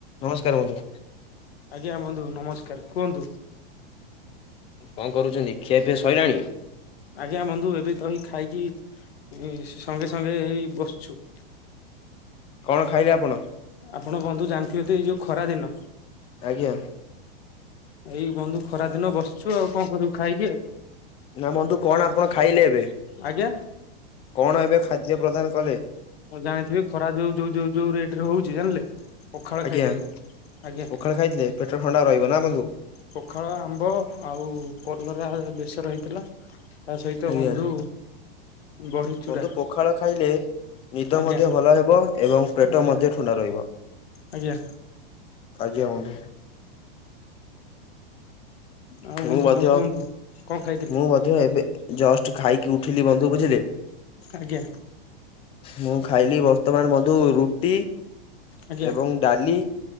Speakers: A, on the left; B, on the left.
A: ନମସ୍କାର ବନ୍ଧୁ।
B: ଆଜ୍ଞା ବନ୍ଧୁ ନମସ୍କାର, କୁହନ୍ତୁ?
A: କଣ କରୁଛନ୍ତି ଖିଆପିଆ ସରିଲଣି?
B: ଆଜ୍ଞା ବନ୍ଧୁ ଏବେ ତ ହେଇ ଖାଇକି ସଙ୍ଗେ ସଙ୍ଗେ ହେଇ ବସଛୁ। <inaudible>
A: କଣ ଖାଇଲେ ଆପଣ?
B: ଆପଣ ବନ୍ଧୁ ଜାଣିଥିବେ ତ ଏଇ ଯୋଉ ଖରା ଦିନ।
A: ଆଜ୍ଞା
B: ଏଇ ବନ୍ଧୁ ଖରା ଦିନ ବସିଛୁ ଆଉ କଣ କରିବୁ ଖାଇକି?
A: ନା ବନ୍ଧୁ କଣ ଆପଣ ଖାଇଲେ ଏବେ?
B: ଆଜ୍ଞା
A: କଣ ଏବେ ଖାଦ୍ୟ ପ୍ରଦାନ କଲେ?
B: ମୁଁ ଜାଣିଥିବି ଖରା ଯୋଉ ଯୋଉ ଯୋଉ ଯୋଉ ରେଟ ରେ ହଉଛି ଜାଣିଲେ? ପଖାଳ
A: ଆଜ୍ଞା
B: ଖାଇଦେଲୁ ଆଜ୍ଞା।
A: ପଖାଳ ଖାଇଥିଲେ ପେଟ ଥଣ୍ଡା ରହିବ ନା ବନ୍ଧୁ।
B: ପଖାଳ, ଆମ୍ବ, ଆଉ କଲରା ବେଶର ହେଇଥିଲା। ତା ସହିତ
A: ଆଜ୍ଞା
B: ବନ୍ଧୁ ବଢି ଚୁରା
A: ବନ୍ଧୁ ପୋଖାଳ ଖାଇଲେ ନିଦ
B: ଆଜ୍ଞା
A: ମଧ୍ୟ ଭଲ ହେବ ଏବଂ ପେଟ
B: ଆଜ୍ଞା
A: ମଧ୍ୟ ଥଣ୍ଡା ରହିବ।
B: ଆଜ୍ଞା
A: ଆଜ୍ଞା ବନ୍ଧୁ।
B: ଆଉ ବନ୍ଧୁ
A: ମୁଁ ମଧ୍ୟ
B: କଣ କୁହନ୍ତୁ କଣ ଖାଇଥିଲେ
A: ମୁଁ ମଧ୍ୟ ଏବେ ଜଷ୍ଟ ଖାଇକି ଉଠିଲି ବନ୍ଧୁ ବୁଝିଲେ।
B: ଆଜ୍ଞା।
A: ମୁଁ ଖାଇଲି ବର୍ତ୍ତମାନ ବନ୍ଧୁ ରୁଟି
B: ଆଜ୍ଞା
A: ଏବଂ ଡାଲି